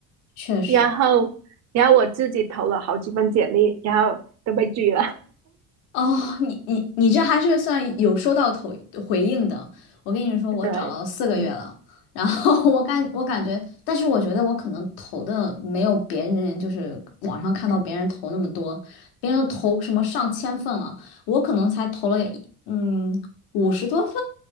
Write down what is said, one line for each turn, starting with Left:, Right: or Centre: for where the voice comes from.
Left: 确实。
Right: 然后，然后我自己投了好几份简历，然后都被拒了。
Left: 哦，你你你这还是算有收到头回应的。我跟你说，我找了四个月了，
Right: <laughs> 对，嗯
Left: 然后 <laughs> 我感我感觉，但是我觉得我可能投的没有别人，就是网上看到别人投那么多，
Right: 嗯
Left: 别人都投什么上千份了，我可能才投了一嗯五十多份，